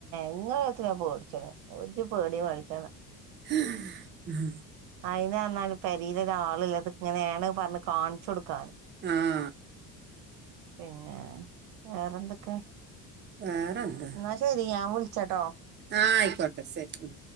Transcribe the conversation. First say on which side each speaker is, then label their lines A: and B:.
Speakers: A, on the right (about 75°); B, on the right (about 30°).
A: ഇങ്ങളെത്തിനാ പേടിച്ചണ് ഒരു പേടിയും പേടിച്ചണ്
B: ഉം.
A: അയിന് ന്നാലും പരിയില് ഒരാളില്ല അത് ഇങ്ങനെയാണ് പറഞ്ഞ് കാണിച്ചു കൊടുക്കാൻ.
B: ആഹ്!
A: പിന്നേ, വേറെന്തൊക്കെ?
B: വേറെന്താ
A: ന്നാ ശരി, ഞാൻ വിൾച്ചട്ടോ.
B: ആഹ്, ആയിക്കോട്ടെ സരി. ഉം